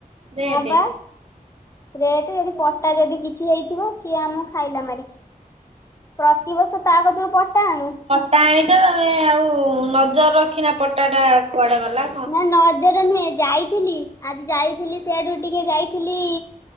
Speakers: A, on the right (about 45°); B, on the left (about 20°).
A: ରେଟେ
B: ହଁ ବା ରେଟ ଯଦି ପଟା ଯଦି କିଛି ହେଇଥିବ ସିଏ ଆମକୁ ଖାଇଲା ମାରିକି ପ୍ରତିିବର୍ଷ ତା କତରୁ ପଟା ଆଣୁ
A: ଟାଣିଛ ତମେ ଆଉ ନଜର ରଖିନା ପଟାଟା କୁଆଡ଼େ ଗଲା
B: ନା ନଜର ନୁହେଁ ଯାଇଥିଲି ଆଜି ଯାଇଥିଲି ସେଆଡୁ ଟିକେ ଯାଇଥିଲି।